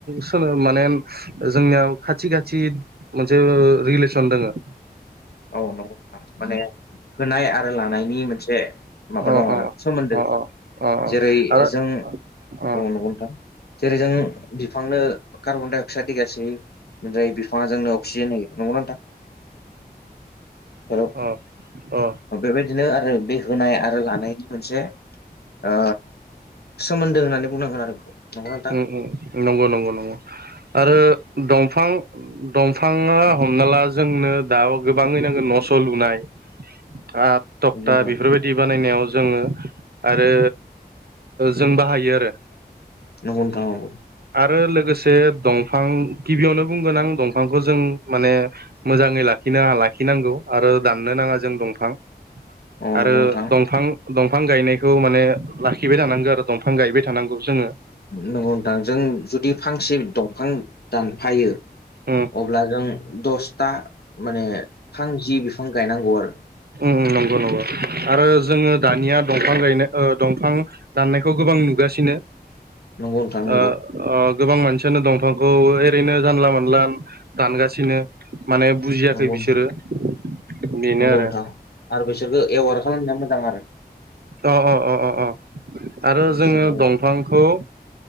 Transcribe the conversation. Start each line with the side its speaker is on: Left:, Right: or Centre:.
Right: सोनो माने, जोंनियाव खाथि-खाथि मोनसे रिलेसन दंङो।
Left: औ नंगौ, माने होनाय आरो लानायनि मोनसे माबा
Right: अ
Left: दङ, आरो
Right: अ
Left: सोमोन्दो
Right: अ अ
Left: जेरै-
Right: आरो
Left: जों
Right: अ
Left: औ नंगो नोंथां। जेरै जों बिफांनो कार्बन दडाइ अक्साइड होगासिनो <unintelligible> जाय बिफाङा जोंनो अक्सिजेन होयो नंगौना नोंथां? हेल'
Right: अ-अ
Left: बेबायदिनो आरो बे होनाय आरो लानायनि मोनसे, ओ सोमोन्दो होननानै बुंनांगोन आरो बेखौ, नंगौ नोंथां
Right: ओम -ओम, नंगौ-नंगौ-नंगौ। आरो दंफां दंफांङा हमना ला जोंनो दा गोबांङै नांगोन न'स' लुनाय, आ थकथा
Left: नंगौ नोंथां
Right: बेफोरबायदि बानायनायाव जोंङो आरो जों बाहायो आरो।
Left: नंगौ नोंथां औव
Right: आरो लोगोसे दंफां गिबियावनो बुंगोन आं दंफांखौ जों माने मोजांङै लाखिनाङा लाखिनांगौ आरो दाननो नाङा जों दंफां।
Left: औ नंगौ
Right: आरो
Left: नोंथां
Right: दंफां दंफां गायनायखौ माने लाखिबाय थानांगौ आरो दंफां गायबाय थानांगौ जोंङो।
Left: नंगौ नोंथां जुदि जों फांसे दंफां दानफायो
Right: उम
Left: अब्ला जों दसथा माने फांजि बिफां गायनांगौ आरो
Right: ओम ओम नंगौ-नंगौ आरो जोंङो दानिया दंफां गायनो ओ दंफां दाननायखौ गोबां नुगासिनो
Left: नंगौ नोंथां नंगौ
Right: ओ ओ गोबां मानसियानो दंफांखौ ओरैनो जानला-मोनानला दानगासिनो माने बुजियाखै
Left: नंगौ
Right: बिसोरो
Left: नोंथां
Right: बेनो
Left: नंगौ
Right: आरो
Left: नोंथां आरो बिसोरखौ एवार खालामनाया मोजां आरो
Right: अ -अ-अ-अ आरो जोंङो
Left: बिसोरखौ
Right: दंफांखौ